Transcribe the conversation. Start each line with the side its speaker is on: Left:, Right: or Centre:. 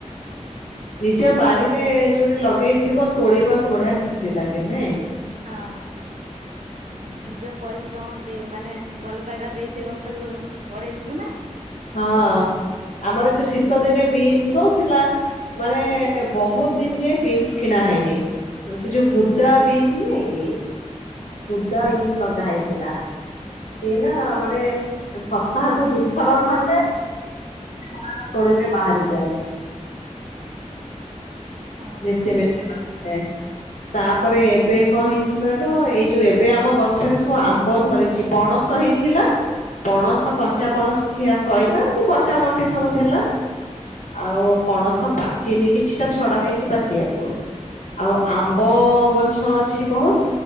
Left: ନିଜ ବାରିରେ ଯୋଉଠି ଲଗେଇଥିବ ତୋଳିବାକୁ ବଢ଼ିଆ ଖୁସି ଲାଗେ, ନୁହେଁ?
Right: ହଁ।
Left: ହୁଁ।
Right: ନିଜ ପରିଶ୍ରମ ଦେଇ ମାନେ ଭଲ ପାଇବା ଦେଇ ସେ ଗଛକୁ ବଢେଇଥିବୁ ନାଁ।
Left: ହଁ ଆମର ଏ ଯୋଉ ଶୀତ ଦିନେ ବିନ୍ସ ହଉଥିଲା ମାନେ ବହୁତ ଦିନ ଯାଏଁ ବିନ୍ସ କିଣା ହେଇନେଇ। ଓ ସେ ଯୋଉ ବୁଦା ବିନ୍ସ ନୁହେଁ କି ବୁଦା ବିନ୍ସ ଲଗା ହେଇଥିଲା। ଏ ସିଏ ନା ମାନେ ସପ୍ତାହକୁ ଦି ଥର ଖଣ୍ଡେ <inaudible> ତୋଳିଲେ ବାହାରି ଯାଏ।
Right: ହଁ
Left: ମିଛି
Right: ହଁ
Left: ମିଛି ବାପେ। ତାପରେ ଏବେ କଣ ହେଇଛି କହିଲ ଏଇ ଯୋଉ ଏବେ ଆମ ଗଛରେ ସବୁ ଆମ୍ବ ଧରିଛି ପଣସ ହେଇଥିଲା ପଣସ କଞ୍ଚା ପଣସ ଖିଆ ସଇଲା ଏମିତି ବଣ୍ଟା ବଣ୍ଟି ସବୁ ହେଲା। ଆଉ ପଣସ ପାଚିନି କିଛିଟା ଛଡା ହେଇଛି ପାଚିବାକୁ। ଆଉ ଆମ୍ବ ଗଛ ଅଛି ବହୁତ।